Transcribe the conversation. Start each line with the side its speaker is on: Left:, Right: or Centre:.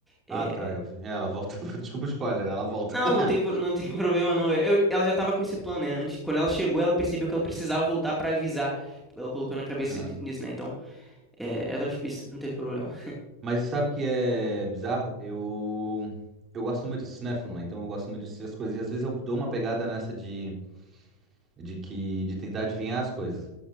Centre: é,
Right: Ah, tá, eu vi. É, ela volta. <laughs> Desculpa o spoiler, ela volta.
Centre: Não,
Right: <laughs>
Centre: não tem, pro- não tem <laughs> problema não. Eu- ela já tava com esse plano, né? Antes, quando ela chegou, ela percebeu que ela precisava voltar pra avisar. Ela colocou na cabeça
Right: Aham.
Centre: de- nisso, né? Então, é, ela tava explícita, não tem problema.
Right: Mas sabe que é bizarro? Eu eu gosto muito de Cinefilo, né? Então eu gosto muito de assistir as coisas. E às vezes eu dou uma pegada nessa de, de que de tentar adivinhar as coisas.